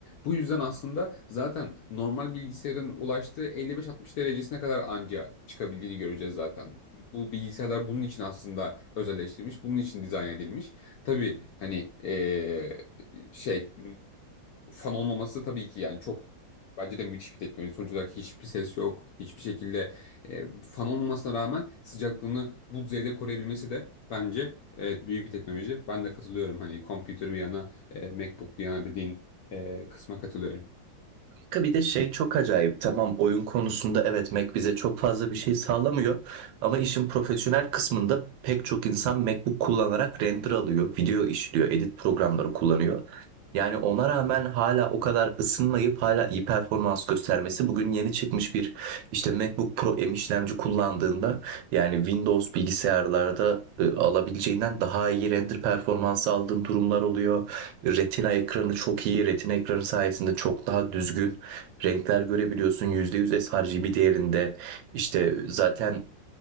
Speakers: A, on the left; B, on the right.
A: Bu yüzden aslında zaten normal bilgisayarın ulaştığı 55-60 derecesine kadar anca çıkabildiğini göreceğiz zaten. Bu bilgisayarlar bunun için aslında özelleştirilmiş, bunun için dizayn edilmiş. Tabii hani eee, şey fan olmaması tabii ki yani çok bence de müthiş bir teknoloji. Sonuç olarak hiçbir ses yok. Hiçbir şekilde e, fan olmamasına rağmen sıcaklığını bu düzeyde koruyabilmesi de bence evet, büyük bir teknoloji. Ben de katılıyorum. Hani computer bir yana, e, MacBook bir yana dediğin e, kısma katılıyorum.
B: Ka Bir de şey çok acayip. Tamam oyun konusunda evet Mac bize çok fazla bir şey sağlamıyor. Ama işin profesyonel kısmında pek çok insan MacBook kullanarak render alıyor, video işliyor, edit programları kullanıyor. Yani ona rağmen hala o kadar ısınmayıp hala iyi performans göstermesi bugün yeni çıkmış bir işte MacBook Pro M işlemci kullandığında yani Windows bilgisayarlarda e, alabileceğinden daha iyi render performansı aldığın durumlar oluyor. Retina ekranı çok iyi. Retina ekranı sayesinde çok daha düzgün Renkler görebiliyorsun. %100 sRGB değerinde. İşte zaten